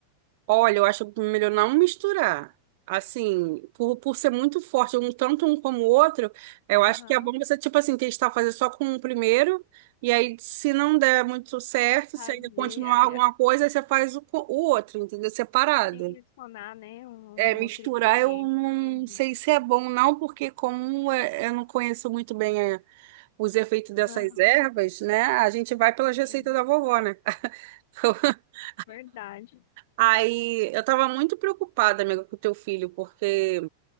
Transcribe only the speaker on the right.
Olha, eu acho melhor não misturar. Assim, por, por ser muito forte, um tanto um como o outro, eu acho
que é bom você, tipo assim, testar fazer só com o primeiro, e aí se não der muito certo,
se ainda continuar
alguma coisa, aí você faz o, co- o outro, entendeu? Separado.
É,
misturar
eu não
sei se é bom, não, porque como é- eu não conheço muito bem é, os efeitos dessas
ervas, né? A gente vai pelas receitas
da vovó, né? <laughs>
Aí eu tava muito preocupada, amiga, com o teu filho, porque